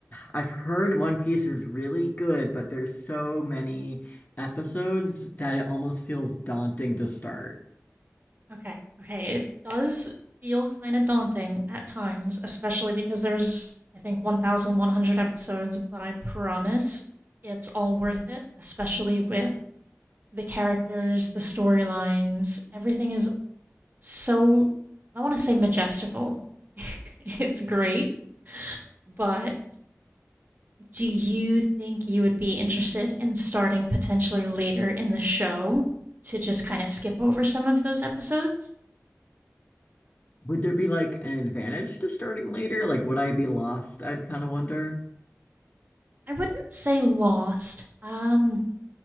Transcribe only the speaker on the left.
I've heard One Piece is really good, but there's so many episodes that it almost feels daunting to start.
Would there be like an advantage to starting later? Like would I be lost? I'd kind of wonder.